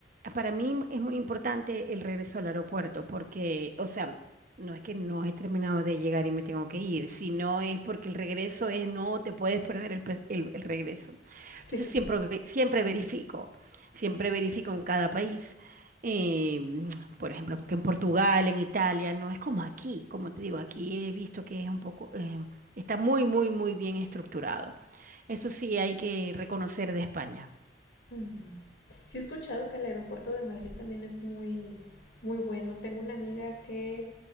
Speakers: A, on the right; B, on the left.
A: para mí es muy importante el regreso al aeropuerto porque, o sea, no es que no he terminado de llegar y me tengo que ir, sino es porque el regreso es no te puedes perder el, pe- el- el regreso. Entonces
B: sí.
A: siempre, ve- siempre verifico, siempre verifico en cada país. Eh, <tsk> por ejemplo, porque en Portugal, en Italia, no es como aquí, como te digo, aquí he visto que es un poco, eh, está muy, muy, muy bien estructurado. Eso sí hay que reconocer de España.
B: Mm. Sí he escuchado que el aeropuerto de Madrid también es muy, muy bueno. Tengo una amiga que